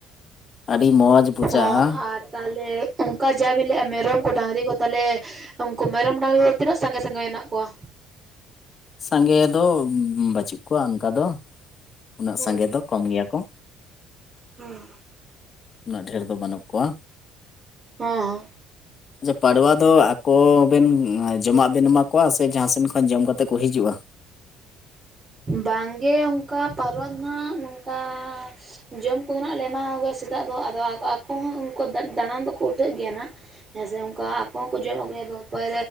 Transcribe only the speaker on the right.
ᱦᱚᱸ ᱟᱨ ᱛᱟᱦᱚᱞᱮ ᱚᱠᱟ ᱡᱟᱵᱤᱱ ᱞᱟᱹᱭᱮᱫᱼᱟ ᱢᱮᱨᱚᱢ ᱠᱚ ᱰᱟᱝᱨᱤ ᱠᱚ ᱛᱟᱞᱮ ᱩᱱᱠᱩ ᱢᱮᱨᱚᱢ ᱰᱟᱝᱨᱤ ᱠᱚᱫᱚ ᱛᱤᱱᱟᱹᱜ ᱥᱟᱸᱜᱮ ᱥᱟᱸᱜᱮ ᱢᱮᱱᱟᱜ ᱠᱚᱣᱟ
ᱦᱩᱸ
ᱦᱩᱸ
ᱦᱮᱸ ᱦᱮᱸ
ᱵᱟᱝᱜᱮ ᱚᱱᱠᱟ ᱯᱟᱨᱣᱟ ᱫᱚ ᱦᱟᱸᱜ ᱱᱚᱝᱠᱟ? ᱡᱚᱢ ᱠᱚᱫᱚ ᱱᱟᱜ ᱞᱮ ᱮᱢᱟ ᱠᱚ ᱜᱮᱭᱟ ᱥᱮᱛᱟᱜ ᱫᱚ ᱟᱫᱚ ᱟᱠᱚ ᱦᱚᱸ ᱩᱱᱠᱩ ᱫᱟᱬᱟᱱ ᱫᱚᱠᱚ ᱩᱴᱷᱟᱹᱜ ᱜᱮᱭᱟ ᱦᱟᱸᱜ ᱦᱮᱸ ᱥᱮ ᱩᱱᱠᱟ ᱟᱠᱚ ᱦᱚᱸ ᱠᱚ ᱡᱚᱢ ᱟᱹᱜᱩᱭᱟ ᱫᱚ ᱯᱟᱨ